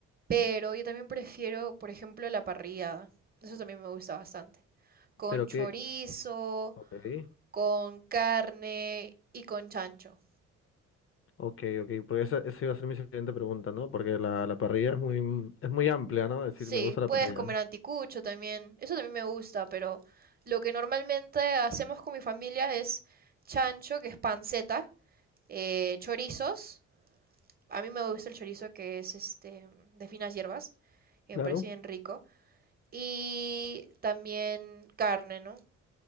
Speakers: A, on the right (about 30°); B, on the left (about 45°).
A: pero yo también prefiero, por ejemplo, la parrillada. Eso también me gusta bastante. Con
B: Pero
A: chorizo,
B: qué, ok,
A: con carne y con chancho.
B: ok, ok, porque esa, esa iba a ser mi siguiente pregunta, ¿no? Porque la, la parrilla es muy, es muy amplia, ¿no? Es
A: Sí,
B: decir, me gusta la
A: puedes
B: parrilla.
A: comer anticucho también. Eso también me gusta, pero lo que normalmente hacemos con mi familia es chancho, que es panceta, eh, chorizos. A mí me gusta el chorizo que es este de finas hierbas, que
B: Claro.
A: me parece bien rico. Y también carne, ¿no?